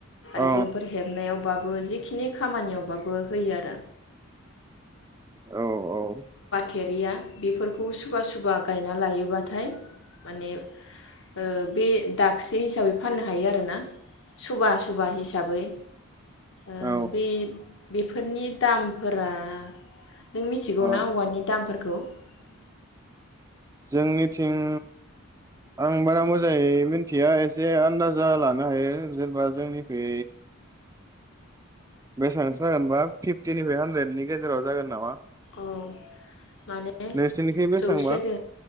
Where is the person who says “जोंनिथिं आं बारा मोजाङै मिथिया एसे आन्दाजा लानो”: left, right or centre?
Right